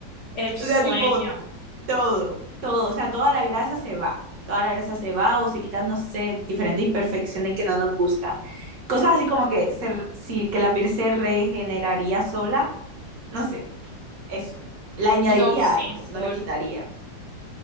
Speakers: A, on the left; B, on the right.
A: el
B: O
A: sueño.
B: sea, tipo, todo, todo, o sea, toda la grasa se va, toda la grasa se va o se quitan, no sé, diferentes imperfecciones que no nos gustan. Cosas así como que, se, si, que la piel se regeneraría sola, no sé, eso. Le añadiría
A: No, sí,
B: algo,
A: full,
B: no le quitaría,